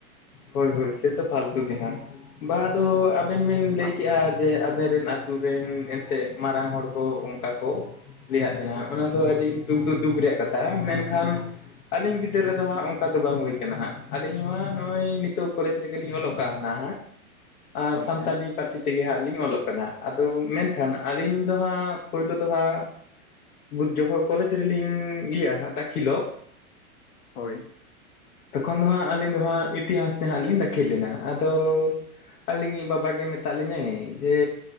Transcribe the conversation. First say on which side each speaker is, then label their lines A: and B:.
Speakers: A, on the left; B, on the left.
A: ᱦᱳᱭ ᱦᱳᱭ ᱥᱮᱛᱚ ᱯᱷᱟᱹᱞᱛᱩ ᱜᱮ ᱦᱟᱸᱜ ᱵᱟ ᱟᱫᱚ ᱟᱵᱮᱱ ᱵᱮᱱ ᱞᱟᱹᱭ
B: ᱟᱜ
A: ᱠᱮᱫᱼᱟ ᱡᱮ ᱟᱵᱮᱱ ᱨᱮᱱ ᱟᱛᱳ ᱨᱮᱱ ᱮᱱᱛᱮᱜ ᱢᱟᱨᱟᱝ ᱦᱚᱲ ᱠᱚ ᱚᱱᱠᱟ ᱠᱚ ᱞᱟᱹᱭ ᱟᱫ ᱵᱮᱱᱟ ᱚᱱᱟ ᱫᱚ ᱟᱹᱰᱤ ᱫᱩᱠ ᱫᱚᱼᱫᱩᱠ ᱨᱮᱭᱟᱜ ᱠᱟᱛᱷᱟ ᱢᱮᱱᱠᱷᱟᱱ ᱟᱹᱞᱤᱧ ᱵᱤᱫᱟᱹᱞ ᱨᱮᱫᱚ ᱦᱟᱸᱜ ᱚᱱᱠᱟ ᱫᱚ ᱵᱟᱝ ᱦᱩᱭ ᱠᱟᱱᱟ ᱦᱟᱸᱜ ᱟᱹᱞᱤᱧ ᱦᱚᱸ ᱱᱚᱜᱼᱚᱭ ᱱᱤᱛᱚᱜ ᱠᱚᱞᱮᱡᱽ ᱨᱮᱜᱮᱞᱤᱧ ᱚᱞᱚᱜ ᱠᱟᱦᱱᱟ ᱟᱨ
B: ᱟᱪᱪᱷᱟ
A: ᱥᱟᱱᱛᱟᱲᱤ ᱯᱟᱹᱨᱥᱤ ᱛᱮᱜᱮ ᱦᱟᱸᱜ ᱞᱤᱧ ᱚᱞᱚᱜ ᱠᱟᱱᱟ ᱟᱫᱚ ᱢᱮᱱᱠᱷᱟᱱ ᱟᱹᱞᱤᱧ ᱫᱚ ᱦᱟᱸᱜ ᱯᱳᱭᱞᱳ ᱫᱚ ᱦᱟᱸᱜ ᱵᱩᱡᱷ ᱡᱚᱦᱚᱸ ᱠᱚᱞᱮᱡᱽ ᱨᱮ ᱞᱤᱝᱻ ᱤᱭᱟᱹ ᱟ ᱫᱟᱹᱠᱷᱤᱞᱚᱜ
B: ᱦᱳᱭ
A: ᱛᱚᱠᱷᱚᱱ ᱫᱚ ᱦᱟᱸᱜ ᱟᱹᱞᱤᱧ ᱫᱚ ᱦᱟᱸᱜ ᱤᱛᱤᱦᱟᱥ ᱛᱮ ᱦᱟᱸᱜ ᱞᱤᱧ ᱫᱟᱹᱠᱷᱤᱞ ᱞᱮᱱᱟ ᱟᱫᱚ ᱟᱹᱞᱤᱧᱤᱡ ᱵᱟᱵᱟ ᱜᱮ ᱢᱮᱛᱟᱜ ᱞᱤᱧᱟᱹᱭ ᱡᱮ